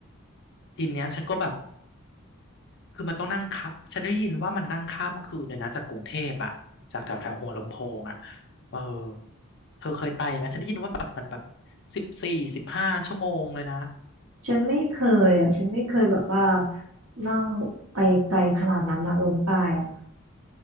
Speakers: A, on the left (about 55°); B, on the right (about 85°).
A: ทีเนี้ยฉันก็แบบคือมันต้องนั่งค่ะฉันได้ยินว่ามันนั่งข้ามคืนเลยนะจากกรุงเทพอะจากแถวแถวหัวลำโพงอะเออเธอเคยไปไหมฉันได้ยินว่าแบบมันแบบสิบสี่สิบห้าชั่วโมงเลยนะ
B: ฉันไม่เคยอ่ะฉันไม่เคยแบบว่านั่งไปไกลขนาดนั้นนะลงใต้อะ